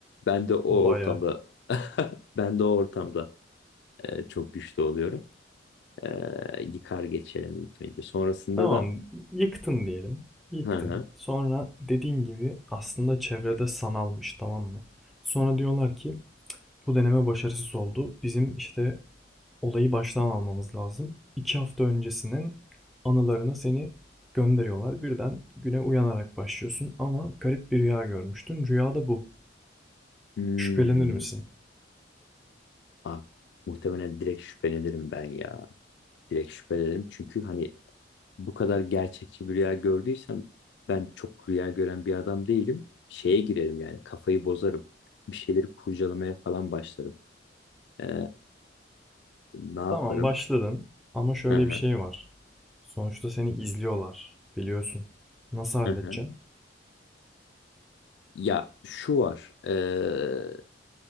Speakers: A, on the left; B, in the centre.
A: Ben de o
B: Baya.
A: ortamda <laughs> ben de o ortamda e, çok güçlü oluyorum. E, yıkar geçerim ilk önce. Sonrasında
B: Tamam,
A: da
B: yıktın diyelim. Yıktın.
A: hı hı.
B: Sonra dediğin gibi aslında çevrede sanalmış, tamam mı? Sonra diyorlar ki bu deneme başarısız oldu. Bizim işte Olayı baştan almamız lazım. 2 hafta öncesinin anılarına seni gönderiyorlar. Birden güne uyanarak başlıyorsun ama garip bir rüya görmüştün. Rüya da bu.
A: Hmm.
B: Şüphelenir misin?
A: Abi, muhtemelen direkt şüphelenirim ben ya. Direkt şüphelenirim çünkü hani bu kadar gerçekçi bir rüya gördüysem ben çok rüya gören bir adam değilim. Şeye girerim yani kafayı bozarım. Bir şeyleri kurcalamaya falan başlarım. Ee, ne yaparım?
B: Tamam başladın ama şöyle
A: Hı hı,
B: bir şey var. Sonuçta seni izliyorlar. Biliyorsun. Nasıl halledeceksin?
A: hı hı. Ya şu var. ee,